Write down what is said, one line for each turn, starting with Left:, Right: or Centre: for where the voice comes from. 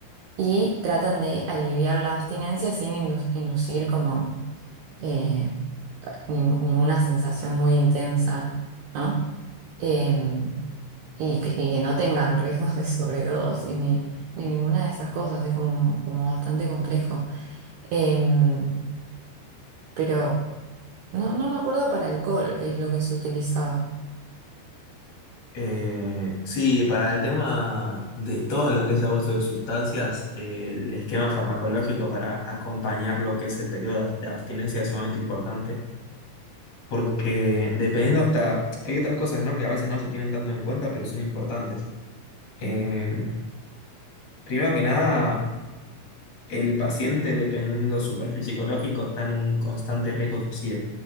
Right: y tratan de aliviar la abstinencia sin indu- inducir como eh, nin- ninguna sensación muy intensa, ¿no? Em, y, que y que no tengan <laughs> riesgos de sobredosis ni, ni ninguna de esas cosas, es como, como bastante complejo. Em, pero no, no me acuerdo para alcohol, que es lo que se utilizaba.
Left: Eh, sí, para el tema de todo lo que es abuso de sustancias, eh, el esquema farmacológico para acompañar lo que es el periodo de ab- de abstinencia es sumamente importante, porque dependiendo hasta, hay otras cosas, ¿no? que a veces no se tienen tanto en cuenta, pero son importantes. Eh, primero que nada, el paciente, dependiendo de su perfil psicológico, está en un constante riesgo suicida,